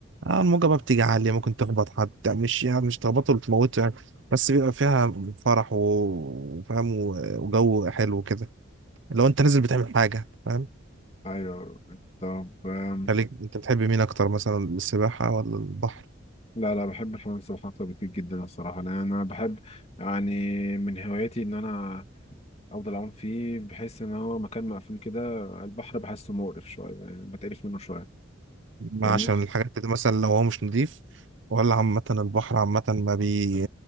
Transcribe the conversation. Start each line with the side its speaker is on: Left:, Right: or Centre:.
Right: آه الموجه بقى بتيجي عاليه ممكن تخبط حد يعني مش يعني مش تخبطه ولا تموته يعني بس بيبقى فيها فرح و- وفاهم و- وجو حلو كده لو انت نازل بتعمل حاجه فاهم
Left: ايوه طب آم،
Right: خليك انت بتحب مين اكتر مثلا السباحه ولا البحر
Left: لا لا بحب الحمام السباحه اكتر بكتير جدا الصراحه لان انا بحب يعني من هواياتي ان انا افضل اعوم فيه بحس ان هو مكان مقفول كده البحر بحسه مقرف شويه يعني بتقرف منه شويه
Right: ما
Left: فاهمني
Right: عشان الحاجات دي مثلا لو هو مش نضيف ولا عامة البحر عامة ما بي